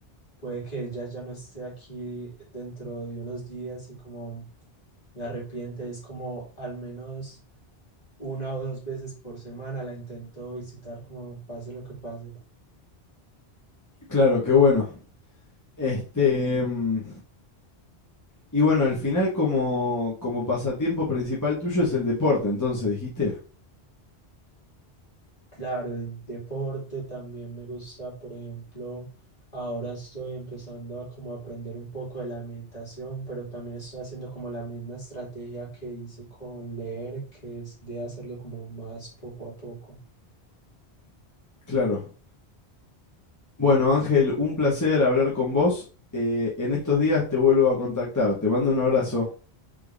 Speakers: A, on the left; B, on the left.
A: puede que ella ya no esté aquí dentro de unos días y como me arrepiente, es como al menos una o dos veces por semana la intento visitar como pase lo que pase.
B: Claro, qué bueno. Este, mm, y bueno, al final como, como pasatiempo principal tuyo es el deporte, entonces dijiste.
A: Claro, el deporte también me gusta, por ejemplo, ahora estoy empezando a como aprender un poco de la meditación, pero también estoy haciendo como la misma estrategia que hice con leer, que es de hacerlo como más poco a poco.
B: Claro. Bueno, Ángel, un placer hablar con vos. Eh, en estos días te vuelvo a contactar. Te mando un abrazo.